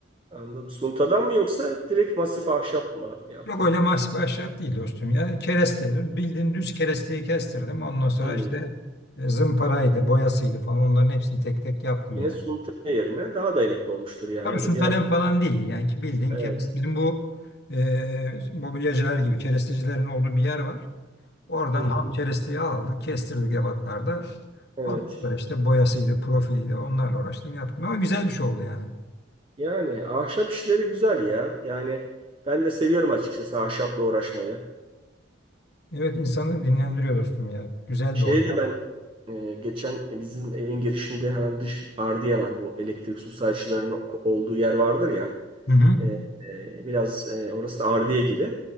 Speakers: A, on the right; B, on the left.
A: Anladım. Suntadan mı yoksa direkt masif ahşap mı yaptın?
B: Yok öyle masif ahşap değil dostum ya. Kereste, bildiğin düz keresteyi kestirdim. Ondan sonra
A: Hmm.
B: işte e, zımparaydı, boyasıydı falan onların hepsini tek tek yaptım
A: Yine
B: yani.
A: sunta yerine daha dayanıklı olmuştur yani
B: Tabii
A: o
B: sunt
A: da bir
B: alem
A: ahşap.
B: falan değil. Yani ki bildiğin
A: Evet.
B: kereste, bizim bu e, mobilyacılar gibi kerestecilerin olduğu bir yer var. Oradan
A: Hı.
B: ham keresteyi aldık, kestirdik ebatlarda.
A: Evet.
B: Ondan sonra işte boyasıydı, profiliydi. Onlarla uğraştım, yaptım. Ama güzel bir şey oldu yani.
A: Yani ahşap işleri güzel ya. Yani ben de seviyorum açıkçası ahşapla uğraşmayı.
B: Evet, insanı dinlendiriyor dostum ya. Güzel
A: Şeye
B: bir hobi.
A: de ben e, geçen bizim evin girişinde hemen dış ardiye var bu elektrik su sayaçlarının olduğu yer vardır ya.
B: Hı hı.
A: E, e, biraz e, orası da Ardiye gibi